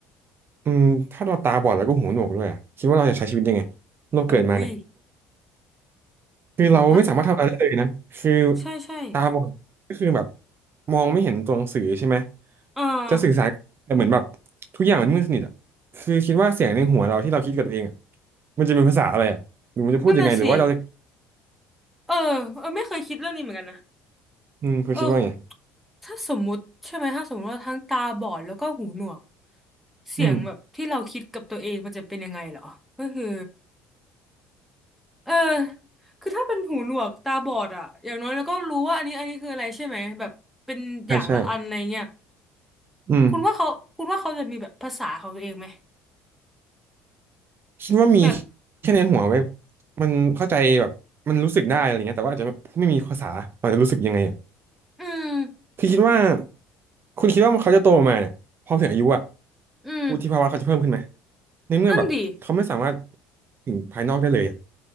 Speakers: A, on the right; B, in the centre.
A: อืมถ้าเราตาบอดแล้วก็หูหนวกด้วยอะคิดว่าเราจะใช้ชีวิตยังไงเราเกิดมาเนี่ย
B: หูยโอ้โหถ้า
A: คือเราไม่สามารถทำอะไรได้เลยนะคือ
B: ใช่ใช่
A: ตาบอดก็คือแบบมองไม่เห็นตัวหนังสือใช่ไหม
B: เออ
A: จะสื่อสารแต่เหมือนแบบทุกอย่างมันมืดสนิทอ่ะคือคิดว่าเสียงในหัวเราที่เราคิดกับตัวเองอะมันจะเป็นภาษาอะไรอ่ะหรือมันจะพูดยังไงหรือว่าเราจะ
B: นั่นน่ะสิเออเออไม่เคยคิดเรื่องนี้เหมือนกันนะ
A: อืมคุณคิดว่าไง
B: เออถ้าสมมุติใช่ไหมถ้าสมมติว่าทั้งตาบอดแล้วก็หูหนวกเสียงแบบที่เราคิดกับตัวเองมันจะเป็นยังไงเหรอก็คือ
A: อืม
B: เออคือถ้าเป็นหูหนวกตาบอดอะอย่างน้อยเราก็รู้ว่าอันนี้อันนี้คืออะไรใช่ไหมแบบเป็นอย่างละอันอะไรเงี้ย
A: ใช่ใช่อืม
B: คุณว่าเขาคุณว่าเขาจะมีแบบภาษาของตัวเองไหม
A: คิดว่ามี
B: แบบ
A: แค่ในหัวไว้ยมันเข้าใจแบบมันรู้สึกได้อะไรเงี้ยแต่ว่าอาจจะไม่มีภาษาเราจะรู้สึกยังไง
B: อืม
A: คือคิดว่าคุณคิดว่าเขาจะโตมาเนี่ยพอถึงอายุอะ
B: อืม
A: วุฒิภาวะเขาจะเพิ่มขึ้นไหมในเมื่อแบบเขาไม่สามารถ
B: นั่นดิ
A: ถึงภายนอกได้เลยอะ